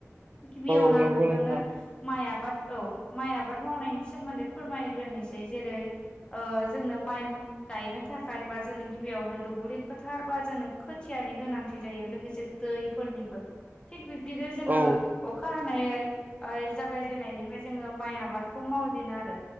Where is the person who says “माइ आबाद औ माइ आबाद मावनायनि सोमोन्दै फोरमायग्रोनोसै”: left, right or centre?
Left